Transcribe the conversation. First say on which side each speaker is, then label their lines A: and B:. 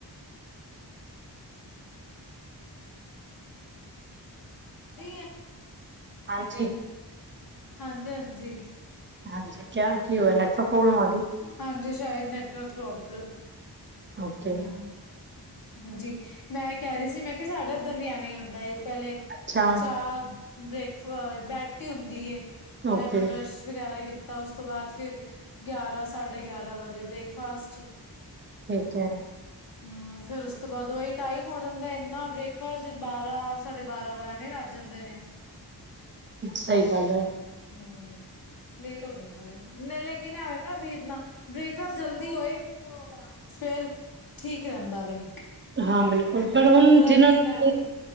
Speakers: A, on the left (about 55°); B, on the right (about 30°).
A: ਨਹੀਂ ਐ
B: ਹਾਂਜੀ!
A: ਹਾਂਜੀ-ਹਾਂਜੀ।
B: ਹਾਂਜੀ, ਕਿਆ ਕੀ ਹੋਇਆ ਨੈਟਵਰਕ ਪ੍ਰੋਬਲਮ ਆ ਗੀ?
A: ਹਾਂਜੀ, ਸ਼ਾਏਦ ਨੈਟਵਰਕ ਪ੍ਰੋਬਲਮ।
B: ਓਕੇ
A: ਹੂ, ਹਾਂਜੀ। ਮੈਂ ਏ ਕੈ ਰੀ ਸੀ ਮੈਂ ਕਿਹਾ ਸਾਡੇ ਏਧਰ ਵੀ ਐਵੇਂ ਈ ਹੁੰਦਾ ਏ ਪੈਲੇ
B: ਅੱਛਾ
A: ਚਾ ਬ੍ਰੇਕ ਫ, ਬੈਟ ਈ ਹੁੰਦੀ, ਔਰ
B: ਓਕੇ
A: ਆਪਣਾ ਬਰੱਸ਼ ਵਗੈਰਾ ਕੀਤਾ, ਉਸ ਤੋਂ ਬਾਦ ਫਿਰ, ਗਿਆਰਾਂ- ਸਾਢੇ ਗਿਆਰਾਂ ਵਜੇ ਬ੍ਰੇਕਫਾਸਟ।
B: ਠੀਕ ਐ।
A: ਹੂੰ, ਫੇਰ ਉਸ ਤੋਂ ਬਾਦ ਓਹੀ ਟਾਈਮ ਹੋ ਜਾਂਦਾ ਏਂਨਾ ਬ੍ਰੇਕਫਾਸਟ ਬਾਰਾਂ, ਸਾਢੇ ਬਾਰਾਂ ਵ ਐਵੇਂ ਵੱਜ ਜਾਂਦੇ ਨੇ।
B: ਸਈ ਗੱਲ ਐ।
A: ਹੂੰ, ਲੇਟ ਹੋ ਜਾਂਦਾ ਵੈ, ਨਈ ਲੇਕਿਨ ਆਵੈ ਨਾ ਵੀਰ ਨਾ। ਬ੍ਰੇਕਫਾਸਟ ਜਲਦੀ ਹੋਏ ਫੇਰ, ਠੀਕ ਰੈਂਦਾ ਵੇ।
B: ਹਾਂ ਬਿਲਕੁਲ, ਪਰ ਹੁਣ
A: ਪੂਰਾ
B: ਜਿੰਨਾਂ
A: ਦਿਨ
B: ਨੂੰ,
A: ਐਵੇਂ